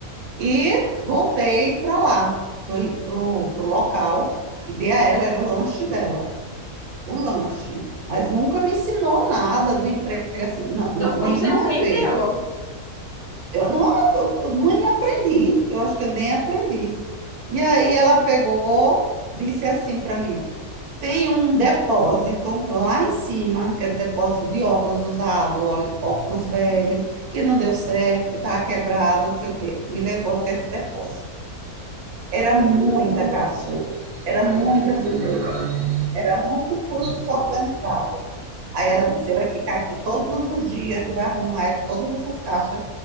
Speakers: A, on the right; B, on the left.
A: E voltei para lá, fui pro, pro local e dei a ela, era o lanche dela, o lanche. Mas nunca me ensinou nada do emprego, assim, não,
B: Então,
A: não,
B: como
A: nenhuma
B: você aprendeu?
A: vez. Eu não, eu nem aprendi, eu acho que eu nem aprendi. E aí ela pegou, disse assim para mim: tem um depósito lá em cima, que era depósito de óculos usado, ó- óculos velho, que não deu certo, que estava quebrado, não sei o quê. Me levou até esse depósito. Era muita caixa, era muita sujeira, era muito tudo desorganizado. Aí ela disse: Você vai ficar aqui todos os dias e vai arrumar todas essas caixas,